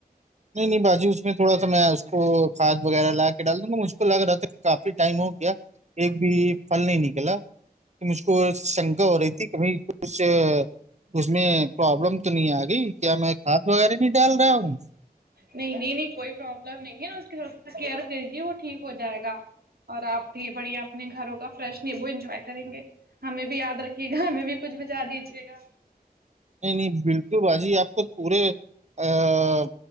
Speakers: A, on the right; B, on the right.
A: نہیں نہیں باجی اس میں تھوڑا سا میں اس کو کھاد وغیرہ لا کے ڈال دوں گا مجھکل لگ رہا تھا کافی ٹائم ہو گیا ایک بھی پھل نہیں نکلا کہ مجھ کو شنکا ہو رہی تھی کبھی کچھ اس میں پرابلم تو نہیں آ گئی کیا میں کھاد وغیرہ نہیں ڈال رہا ہوں
B: نہیں نہیں نہیں کوئی پروابلم نہیں ہے نا اس کی تھوڑا سا کیئر کریے وہ ٹھیک ہو جائے گا اور آپ بھی بڑھیا اپنے گھروں کا فریش نہیں وہ انجوائے کریں گے ہمیں بھی یاد رکھیے گا ہمیں بھی کچھ بجا دیجیے گا
A: نہیں نہیں بالکل باجی آپ کو پورے ا